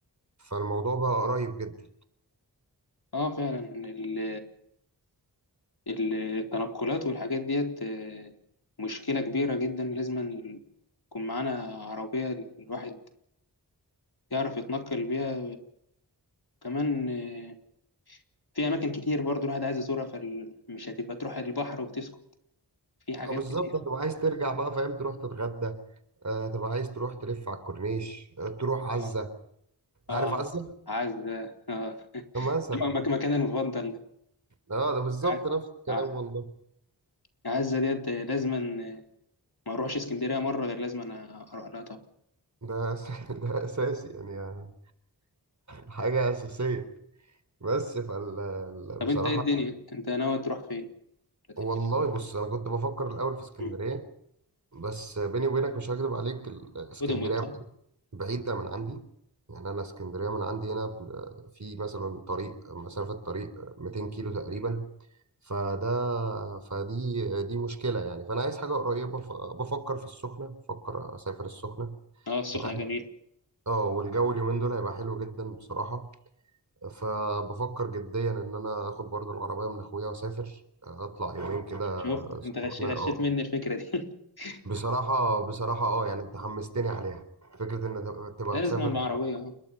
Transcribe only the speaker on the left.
اه فعلا ال... ال- التنقلات والحاجات ديت آه، مشكله كبيره جدا لازم يكون معانا عربيه الواحد يعرف يتنقل بيها كمان آه، في اماكن كتير برضو الواحد عايز يزورها فمش هتبقى تروح البحر وتسكت في حاجات
كتير
اه
اه عايز
عايز ده اه
مك- مكان المفضل ده.
عايز-
آه، عايز-
عايزة ديت لازما آه، ما اروحش اسكندريه مره غير لازم انا اروح لها طبعا
طب
انت ايه الدنيا انت ناوي تروح فين ولا
تعمل ايه
مم.
ودومت صح
اه السخنه
جميل
شفت
انت غش... غشيت
مني الفكره دي <laughs>
لازم
بعربيه اه